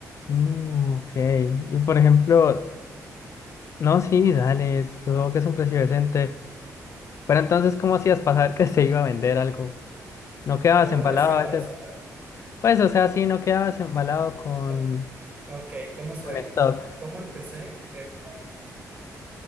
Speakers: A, on the left (about 50°); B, on the right (about 30°).
A: Mm, ok. Y por ejemplo, no, sí, dale, es- creo que es un precio decente. Pero entonces, ¿cómo hacías pasar que <laughs> se iba a vender algo? ¿No quedabas
B: ¿Cómo
A: embalado
B: le hacía
A: a
B: para
A: veces?
B: saber?
A: Pues, o sea, sí, no quedabas embalado con,
B: O- ok, ¿cómo se,
A: con stock.
B: cómo empecé? Eh,